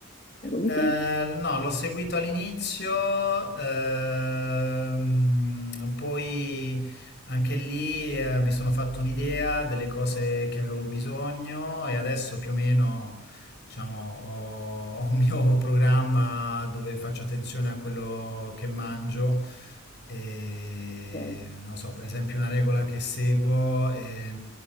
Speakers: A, on the left; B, on the left.
A: Suppongo di
B: Eh,
A: sì.
B: no, l'ho seguito all'inizio, ehm, poi anche lì eh, mi sono fatto un'idea delle cose che avevo bisogno e adesso più o meno, diciamo, ho, ho un mio <laughs> programma dove faccio attenzione a quello che mangio e
A: Ok.
B: non so, per esempio una regola che seguo è